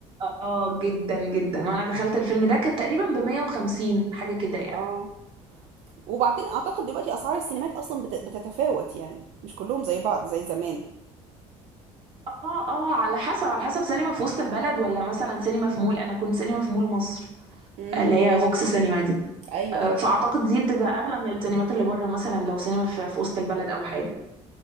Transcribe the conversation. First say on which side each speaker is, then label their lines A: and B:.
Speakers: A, on the right; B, on the right.
A: اه جدا جدا وانا دخلت الفيلم ده كانت تقريبا ب 150 حاجه كده يعني
B: اه وبعدين اعتقد دلوقتي اسعار السينمات اصلا بت- بتتفاوت يعني مش كلهم زي بعض زي زمان
A: اه اه على حسب على حسب سينما في وسط البلد ولا مثلا سينما في مول انا كنت سينما في مول مصر
B: امم
A: اللي هي فوكس سينما دي
B: ايوه
A: آه،
B: ايوه
A: فاعتقد دي بتبقى اغلى من السينمات اللي بره مثلا لو سينما في في وسط البلد او حاجه